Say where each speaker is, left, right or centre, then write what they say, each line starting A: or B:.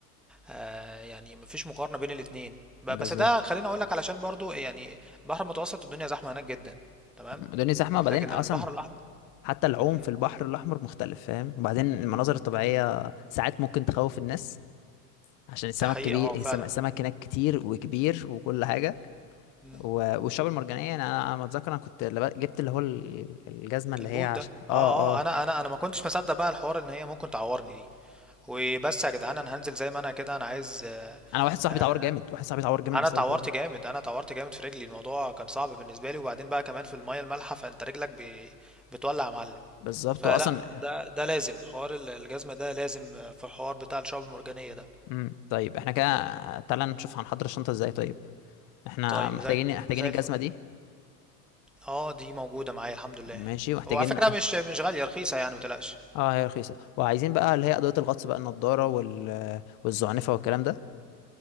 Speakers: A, in the centre; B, on the left (about 40°).
A: آه، يعني مفيش مقارنة بين الاتنين ب-
B: بالظبط
A: بس ده خليني اقول لك علشان برضو يعني البحر المتوسط الدنيا زحمة هناك جدا تمام
B: الدنيا زحمه وبعدين
A: لكن
B: اصلا
A: البحر الاحمر
B: حتى العوم
A: امم
B: في البحر الاحمر مختلف فاهم وبعدين المناظر الطبيعيه ساعات ممكن تخوف الناس عشان السمك
A: ده حقيقي
B: كبير
A: اه
B: السم-
A: فعلا
B: السمك هناك كتير وكبير وكل حاجة
A: مم. مم.
B: و- والشعاب المرجانية يعني أنا أنا ما أتذكر أنا كنت لب- جبت اللي هو ال- الجزمة اللي
A: البوت
B: هي عشان
A: ده اه
B: آه
A: اه
B: آه
A: انا انا انا ما كنتش مصدق بقى الحوار ان هي ممكن تعورني دي وبس يا جدعان انا هنزل زي ما انا كده انا عايز آه،
B: أنا واحد صاحبي
A: آه،
B: اتعور جامد واحد صاحبي اتعور جامد
A: انا
B: بسبب
A: اتعورت
B: الحوار ده
A: جامد انا اتعورت جامد في رجلي الموضوع كان صعب بالنسبه لي وبعدين بقى كمان في الميه المالحه فانت رجلك ب... بتولع يا معلم
B: بالظبط
A: فلا
B: وأصلا
A: ده ده لازم حوار ال- الجزمه ده لازم في حوار بتاع الشعاب المرجانيه ده
B: امم طيب احنا كده تعالى نشوف هنحضر الشنطة ازاي طيب احنا
A: طيب
B: محتاجين
A: زي
B: محتاجين
A: زي
B: الجزمة
A: الفل
B: دي
A: اه دي موجوده معايا الحمد لله
B: ماشي ومحتاجين
A: هو على فكره مش مش غاليه رخيصه يعني متقلقش
B: اه هي رخيصة وعايزين بقى اللي هي أدوية الغطس بقى النضارة وال... والزعنفة والكلام ده